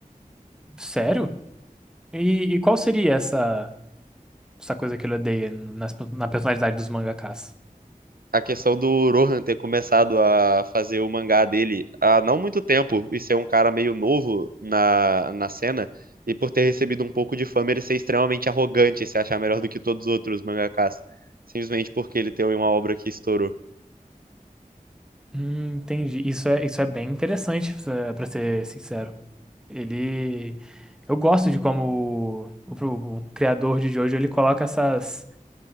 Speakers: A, in the centre; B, on the right.
A: Sério? E, e qual seria essa, essa coisa que ele odeia nas- na personalidade dos mangakas?
B: A questão do Rohan ter começado a fazer o mangá dele há não muito tempo e ser um cara meio novo na, na cena, e por ter recebido um pouco de fama, ele ser extremamente arrogante e se achar melhor do que todos os outros mangakas, simplesmente porque ele tem uma obra que estourou.
A: Hum, entendi. Isso é, isso é bem interessante, pra pra ser sincero. Ele. Eu gosto de como o, o- o criador de Jojo ele coloca essas